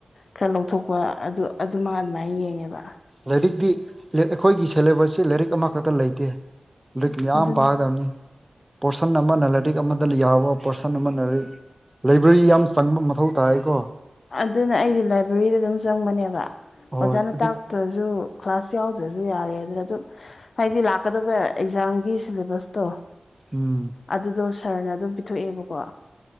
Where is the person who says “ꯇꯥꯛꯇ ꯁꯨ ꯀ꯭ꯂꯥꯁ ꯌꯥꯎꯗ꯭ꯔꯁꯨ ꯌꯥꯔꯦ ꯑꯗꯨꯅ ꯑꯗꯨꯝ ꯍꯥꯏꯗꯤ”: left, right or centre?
Left